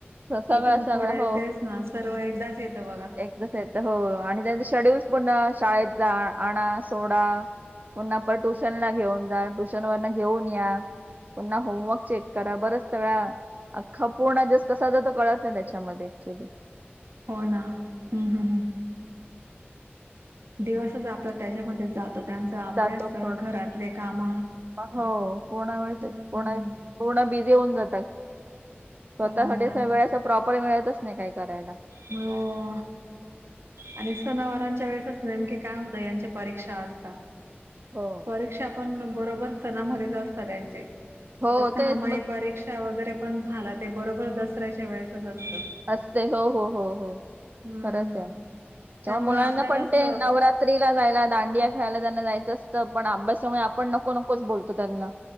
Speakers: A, on the right; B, on the right.
A: सगळ
B: इथून
A: सगळ
B: पुढे
A: हो
B: तेच ना सर्व एकदाच येतं बघा.
A: एकदा हो आणि त्यांचे शेड्यूल पनण, शाळेत जा आण सोडा, पु्हा आपण ट्युशन ला घेऊन जा ट्युशन वरन घेऊन या. पुन्हा होमवर्क चेक करा बरच सगळ्या अख्ख पूर्ण दिवस कसा जातो, तर कळत नाही त्यांच्यामध्ये ऍक्च्युली.
B: हो ना हम्म हम्म हम् दिवसच आपला त्याच्यामध्ये जातो. त्यांचा अभ्यास
A: जातो पूर्ण
B: घरातले काम,
A: हो पूर्ण वेळ
B: हम
A: ते पूर्ण पूर्ण बिझी होऊन जात स्वतः
B: हो ना.
A: वेळ प्रॉपर मिळतच नाही काही करायला,
B: हो आणि सनावरांच्या वेळेसच नेमके काय होतं यांच्या परीक्षा असता,
A: हो
B: परीक्षा पण बरोबर सणामध्येच असतात त्यांची,
A: हो
B: आता सहामाई
A: तेच मग
B: परीक्षा वगैरे पण झाला ते बरोबर दसऱ्याच्या वेळेसच असतं,
A: असते हो हो हो हो
B: हम्म
A: खरंच आहे.
B: त्यामुळे
A: तेव्हा मुलांना
B: आपल्यालाच
A: पण ते नवरात्रीला जायला दांडिया खेळायला त्यांना जायचंत असं पण अभ्यासामुळे आपण नको नकोच बोलतो त्यांना,